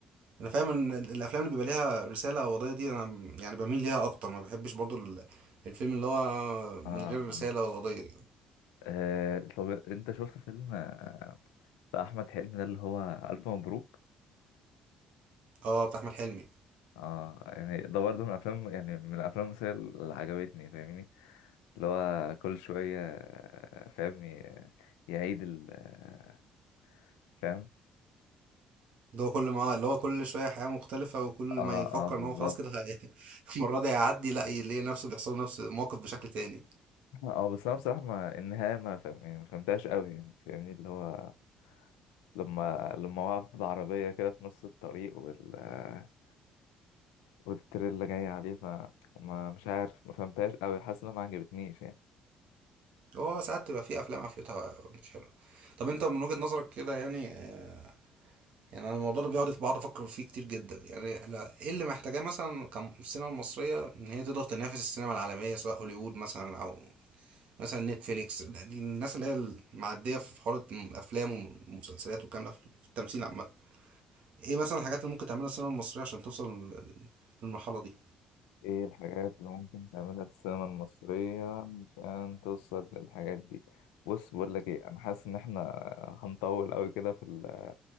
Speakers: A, on the right; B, on the left.
A: انا فاهم ان ال- الافلام اللي بيبقى ليها رسالة او قضية دي انا م- يعني بميل ليها اكتر ما بحبش برضه ال- الفيلم اللي هو من
B: آه
A: غير رسالة
B: آه
A: ولا قضية
B: آه، طب أنت شفت فيلم آه، بتاع أحمد حلمي ده اللي هو ألف مبروك
A: اه بتاع احمد حلمي
B: اه يعني ده برضه من الافلام يعني من الافلام المصريه اللي عجبتني فاهمني اللي هو كل شويه آه، فاهم ي- يعيد ال آه، فاهم
A: اللي هو كل ما اللي هو كل شوية حياة مختلفة وكل ما
B: اه
A: يفكر
B: اه بالظبط
A: ان هو خلاص كده هي- <laughs> المرة دي هيعدي لا يلاقي نفسه بيحصل له نفس الموقف بشكل تاني
B: اه بس انا بصراحه ما النهايه ما فاهم يعني ما فهمتهاش قوي يعني فاهمني اللي هو لما لما وقف بالعربيه كده في نص الطريق وال آه، والتريلا جايه عليه فما مش عارف ما فهمتهاش قوي حاسس انها ما عجبتنيش يعني
A: هو ساعات تبقى في افلام قفلتها مش حلوه طب انت من وجهة نظرك كده يعني آه، يعني انا الموضوع ده بيقعد بقعد افكر فيه كتير جدا يعني لا ايه اللي محتاجاه مثلا كالسينما المصريه ان هي تقدر تنافس السينما العالميه سواء هوليوود مثلا او مثلا نتفليكس دي الناس اللي هي المعديه في حوار الافلام والمسلسلات والكلام ده في التمثيل عامه ايه مثلا الحاجات اللي ممكن تعملها السينما المصريه عشان توصل لل- للمرحله دي
B: ايه الحاجات اللي ممكن تعملها في السينما المصرية عشان توصل للحاجات دي بص بقول لك ايه انا حاسس ان احنا هنطول قوي كده في ال-